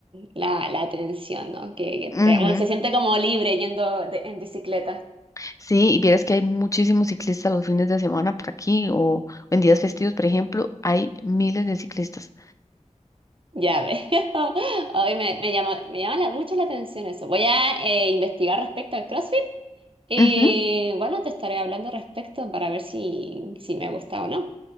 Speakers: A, on the right; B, on the left.
A: la, la atención, ¿no? Que, que te-
B: Ujú.
A: uno se siente como libre yendo de- en bicicleta.
B: Sí, y vieras que hay muchísimos ciclistas los fines de semana por aquí o en días festivos, por ejemplo, hay miles de ciclistas.
A: Ya veo. <laughs> Hoy me, me llamó, me llama la- mucho la atención eso. Voy a eh, investigar respecto al CrossFit y
B: Ujú.
A: bueno, te estaré hablando respecto para ver si, si me gusta o no.